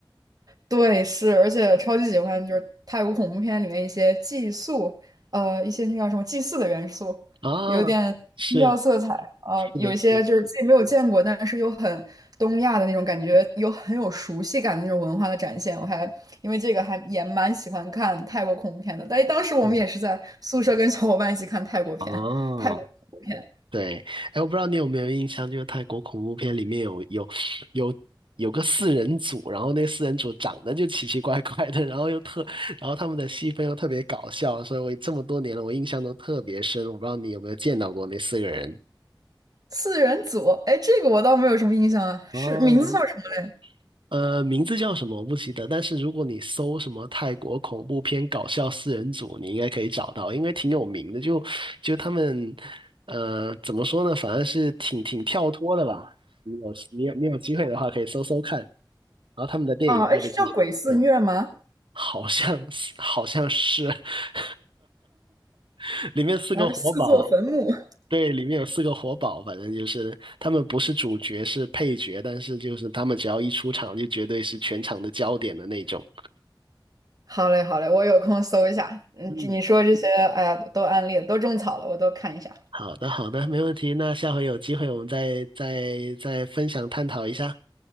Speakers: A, on the right; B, on the right.
A: 对，是，而且超级喜欢就是泰国恐怖片里面一些寄宿，呃，一些那叫什么祭祀的元素，
B: 啊。
A: 有点宗教色彩，
B: 是
A: 呃，
B: 是的，
A: 有一些就是自己没有见过，
B: 是的，
A: 但是又很东亚的那种感觉，有很有熟悉感的那种文化的展现。我还因为这个还也蛮喜欢看泰国恐怖片的，但当时我们也是在宿舍跟小伙伴一起看泰国片，
B: 嗯，哦。
A: 泰国恐怖片
B: 对，哎，我不知道你有没有印象，就是泰国恐怖片里面有有有有个四人组，然后那四人组长得就奇奇怪怪的，然后又特，然后他们的戏份又特别搞笑，所以我这么多年了，我印象都特别深。我不知道你有没有见到过那四个人。
A: 四人组，哎，这个我倒没有什么印象啊，
B: 哦，
A: 是名字叫什么嘞？
B: 呃，名字叫什么我不记得，但是如果你搜什么泰国恐怖片搞笑四人组，你应该可以找到，因为挺有名的。就就他们，呃，怎么说呢？反正是挺挺跳脱的吧。你有你有你有机会的话，可以搜搜看。然后他们的电影拍的其实也不错，
A: 啊，哎，是叫鬼肆虐吗？
B: 好像是好像是，<laughs> <laughs> 里面四个活宝，
A: 而四座坟墓。<laughs>
B: 对，里面有四个活宝，反正就是他们不是主角，是配角，但是就是他们只要一出场，就绝对是全场的焦点的那种。
A: 好嘞，好嘞，我有空搜一下。嗯，
B: 嗯，
A: 这你说这些，哎呀，都案例了，都种草了，我都看一下。
B: 好的，好的，没问题。那下回有机会我们再再再分享探讨一下。